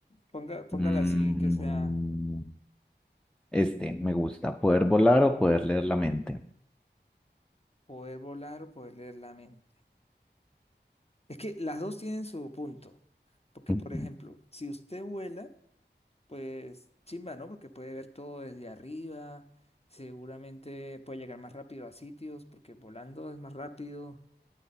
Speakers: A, on the left; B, in the centre.
A: ponga, póngala
B: Mm,
A: así que sea
B: este, me gusta, poder volar o poder leer la mente.
A: poder volar o poder leer la mente. Es que las dos tienen su punto, porque
B: Ujú,
A: por ejemplo, si usted vuela pues chimba, ¿no? Porque puede ver todo desde arriba, seguramente puede llegar más rápido a sitios, porque volando es más rápido,